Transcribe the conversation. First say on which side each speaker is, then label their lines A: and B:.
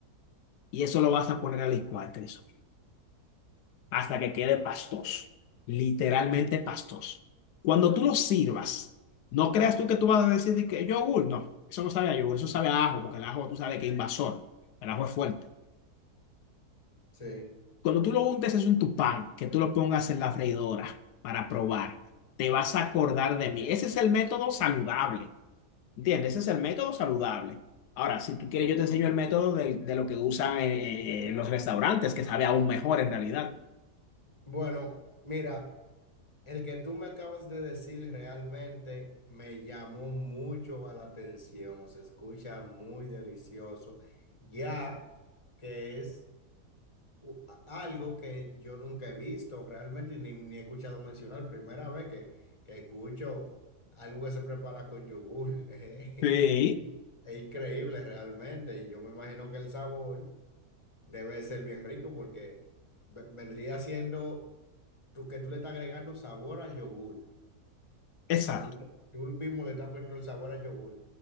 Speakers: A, on the left; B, on the left.
A: Y eso lo vas a poner a licuar, Christopher, hasta que quede pastoso, literalmente pastoso. Cuando tú lo sirvas, no creas tú que tú vas a decir de que yogur, no, eso no sabe a yogur, eso sabe a ajo, porque el ajo tú sabes que es invasor, el ajo es fuerte.
B: sí.
A: Cuando tú lo untes es un tupán, que tú lo pongas en la freidora para probar, te vas a acordar de mí. Ese es el método saludable, ¿entiendes? Ese es el método saludable. Ahora, si tú quieres, yo te enseño el método de, de lo que usan eh, eh, los restaurantes, que sabe aún mejor en realidad.
B: Bueno, mira. El que tú me acabas de decir realmente me llamó mucho a la atención, se escucha muy delicioso, ya que es u- a- algo que yo nunca he visto realmente ni, ni he escuchado mencionar, primera vez que, que escucho algo que se prepara con yogur, <laughs> eh,
A: Sí,
B: Es increíble realmente y yo me imagino que el sabor debe ser bien rico porque ve- vendría siendo tú, que tú le estás agregando sabor al yogur.
A: Exacto.
B: Tú, tú mismo le estás poniendo el sabor al yogur.